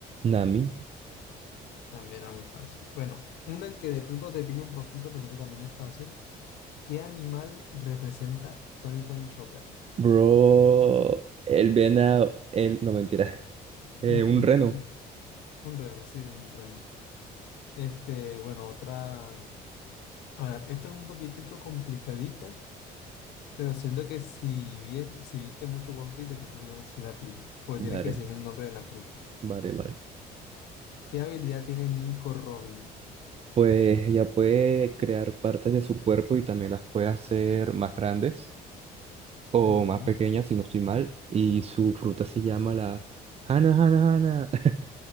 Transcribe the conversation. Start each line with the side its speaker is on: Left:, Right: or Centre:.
Right: Nami.
Left: también era muy fácil. Bueno, una que de pronto te pillo un poquito, pensé que también es fácil. ¿Qué animal representa Tony Tony Chopper?
Right: Bro. El venado. El... No, mentira.
Left: <laughs>
Right: Eh, un reno.
Left: Un reno, sí, un reno. Este, bueno, otra. A ver, esta es un poquitico complicadita. Pero siento que si, vies- si viste mucho One Piece, de pronto si, no- si la pilles. Porque
Right: Vale.
Left: tienes que decirme el nombre de la fruta.
Right: Vale, vale.
Left: ¿Qué habilidad tiene Nico Robin?
Right: Pues ella puede crear partes de su cuerpo y también las puede hacer más grandes o
Left: Ujú.
Right: más pequeñas, si no estoy mal. Y su fruta se llama la Hana Hana Hana. <laughs>